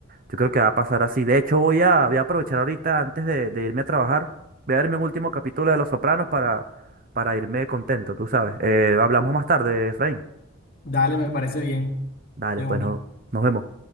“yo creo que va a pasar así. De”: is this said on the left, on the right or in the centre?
Right